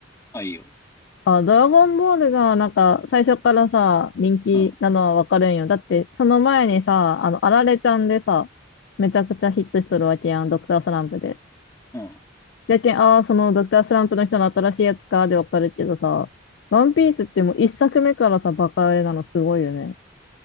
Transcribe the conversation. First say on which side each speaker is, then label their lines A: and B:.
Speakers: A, on the left; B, on the left.
A: あ、いいよ。
B: あ、ドラゴンボールがなんか最初からさ、人気なのはわかるんよ。
A: うん、
B: だってその前にさ、あの、あられちゃんでさ、めちゃくちゃヒットしとるわけやん、ドクタースランプで。
A: うん。
B: やけん、ああ、そのドクタースランプの人の新しいやつかでわかるけどさ、ワンピースってもう一作目からさ、バカ売れなのすごいよね。